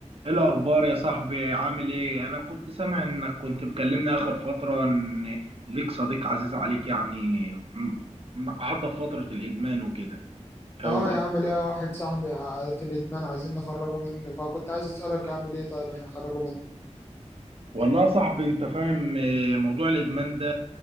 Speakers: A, on the right; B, on the left.
A: ايه الاخبار يا صاحبي عامل ايه انا كنت سامع انك كنت مكلمني اخر فتره ان ليك صديق عزيز عليك يعني م- م- عدى في فتره الادمان وكده هو
B: اه يا عم ليا واحد صاحبي ع- في الادمان عايزين نخرجه منه فكنت عايز اسالك اعمل ايه طيب عشان اخرجه منه
A: والله يا صاحبي انت فاهم إيه، موضوع الادمان ده